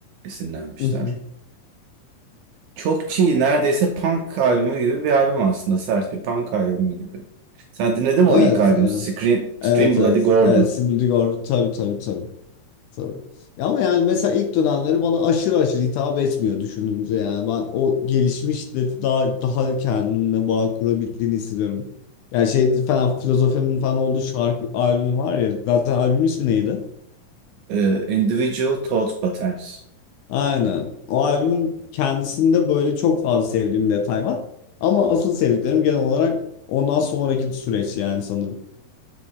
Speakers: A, on the right; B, on the left.
A: esinlenmişler.
B: <laughs>
A: Çok çiğ, neredeyse punk albümü gibi bir albüm aslında. Sert bir punk albümü gibi. Sen dinledin mi
B: Evet,
A: o ilk albüm?
B: evet.
A: Scream, Scream
B: Evet,
A: Bloody
B: evet.
A: Gore'du.
B: Evet, Sibel Digor. Tabii, tabii, tabii. Tabii. Ya Ama yani mesela ilk dönemleri bana aşırı aşırı hitap etmiyor düşününce yani ben o gelişmiş de daha daha kendine bağ kurabildiğini hissediyorum. Yani şey falan filozofemin falan olduğu şarkı albümü var ya zaten albümün ismi neydi?
A: Ee, Individual Thought Patterns.
B: Aynen. O albümün kendisinde böyle çok fazla sevdiğim detay var. Ama asıl sevdiklerim genel olarak ondan sonraki süreç yani sanırım.